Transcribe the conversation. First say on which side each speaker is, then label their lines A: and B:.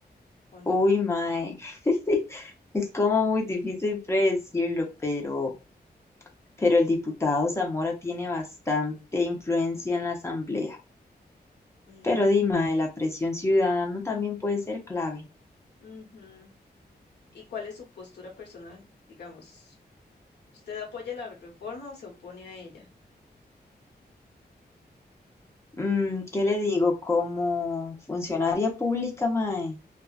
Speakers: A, on the left; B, on the left.
A: o no?
B: Uy, mae, <laughs> es como muy difícil predecirlo, pero, pero el diputado Zamora tiene bastante influencia en la asamblea.
A: Mm,
B: Pero dime, la presión ciudadana también puede ser clave.
A: ujú. ¿Y cuál es su postura personal? Digamos, ¿usted apoya la reforma o se opone a ella?
B: Mm, ¿qué le digo? Como funcionaria pública, mae,